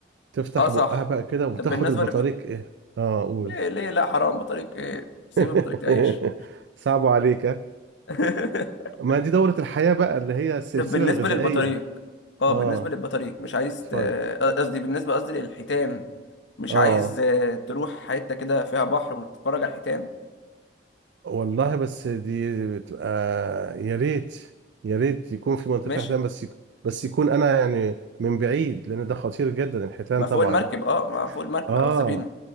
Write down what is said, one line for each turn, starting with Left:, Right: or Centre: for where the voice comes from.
Right: تفتح
Left: اه صح
Right: بقها بقى كده وتاخد
Left: طب بالنسبة
Right: البطاريق
Left: ل...
Right: ايه اه قول
Left: ليه ليه لا حرام بطريق ايه سيب
Right: <laughs>
Left: البطريق تعيش
Right: صعب عليك ها؟
Left: <laughs>
Right: ما دي دورة الحياة بقى اللي هي السلسلة
Left: طب بالنسبة
Right: الغذائية
Left: للبطاريق اه
Right: اه
Left: بالنسبة للبطاريق مش عايز
Right: اتفضل
Left: ت- قصدي بالنسبة قصدي للحيتان مش
Right: اه
Left: عايز آه، تروح حتة كده فيها بحر وتتفرج على الحيتان
Right: والله بس دي بتبقى يا ريت يا ريت يكون في منطقة
Left: ماشي
Right: فيها حيتان بس يك... بس يكون انا يعني من بعيد لان ده خطير جدا الحيتان
Left: ما فوق
Right: طبعا
Left: المركب اه ما فوق المركب
Right: اه
Left: او السفينة